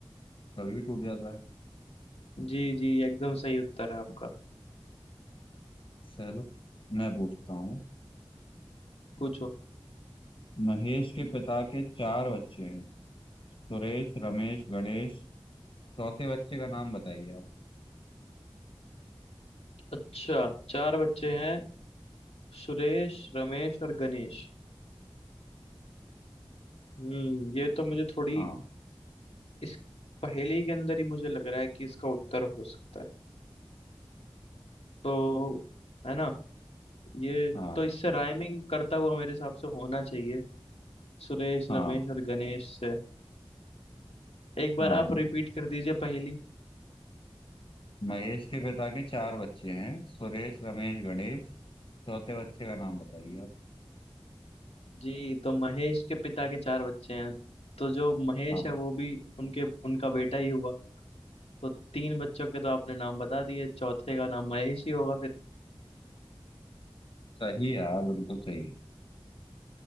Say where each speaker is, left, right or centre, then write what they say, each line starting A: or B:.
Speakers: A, on the left; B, on the left.
A: कभी भी टूट जाता है
B: जी जी एकदम सही उत्तर है आपका
A: चलो मैं पूछता हूँ
B: पूछो
A: महेश के पिता के चार बच्चे हैं सुरेश रमेश गणेश चौथे बच्चे का नाम बताइए आप
B: अच्छा चार बच्चे हैं सुरेश रमेश और गणेश हम्म ये तो मुझे थोड़ी
A: हाँ
B: इस पहेली के अंदर ही मुझे लग रहा है कि इसका उत्तर हो सकता है तो है ना ये
A: <laughs> हाँ
B: तो इससे राइमिंग करता हुआ मेरे हिसाब से होना चाहिए सुरेश
A: हाँ
B: रमेश और गणेश से एक बार
A: हाँ
B: आप रिपीट कर दीजिए पहेली
A: महेश के पिता के चार बच्चे हैं सुरेश रमेश गणेश चौथे बच्चे का नाम बताइए आप।
B: जी तो महेश के पिता के चार बच्चे हैं तो जो महेश
A: हाँ
B: है वो भी उनके उनका बेटा ही हुआ तो तीन बच्चों के तो आपने नाम बता दिए चौथे का नाम महेश ही होगा फिर
A: सही है यार बिल्कुल सही